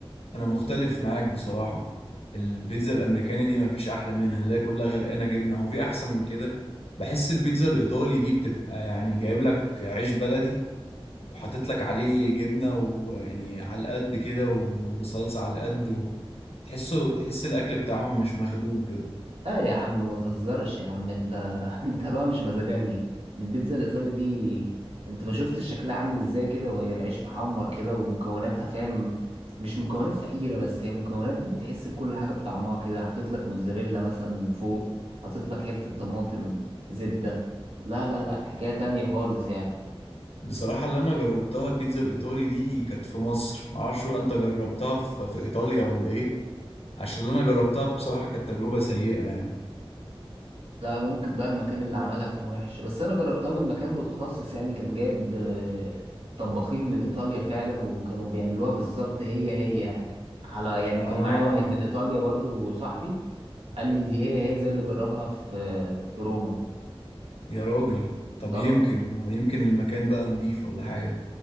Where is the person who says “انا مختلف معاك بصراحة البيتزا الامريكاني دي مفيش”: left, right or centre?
Left